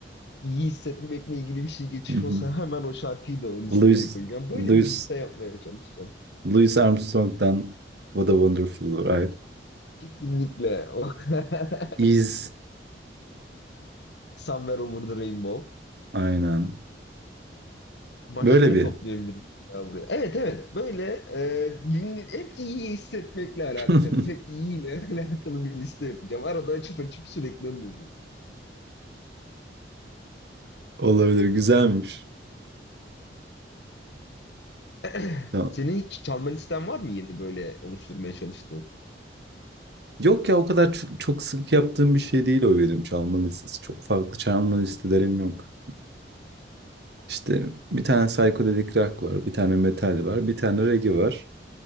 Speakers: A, on the left; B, on the right.
A: iyi hissetmekle ilgili bir şey geçiyorsa
B: Hı hı.
A: hemen o şarkıyı da o listeye
B: Louis
A: koyacağım. Böyle
B: Louis
A: bir liste yapmaya çalışacağım.
B: Louis Armstrong'dan What a Wonderful Life
A: Kesinlikle. O- <laughs>
B: is
A: Somewhere Over the Rainbow.
B: aynen.
A: Başka
B: Böyle
A: ne
B: bir
A: toplayabiliriz ya buraya? Evet evet böyle e, gün- hep iyi hissetmekle alakalı.
B: <laughs>
A: Hep iyiyle <laughs> alakalı bir liste yapacağım. Arada açıp açıp sürekli önüme. geliyor.
B: olabilir güzelmiş.
A: <laughs>
B: Tamam.
A: Senin hiç çalma listen var mı yeni böyle oluşturmaya çalıştığın?
B: Yok ya o kadar çok, çok sık yaptığım bir şey değil o benim çalma listesi. Çok farklı çalma listelerim yok. İşte bir tane psychedelic rock var, bir tane metal var, bir tane reggae var.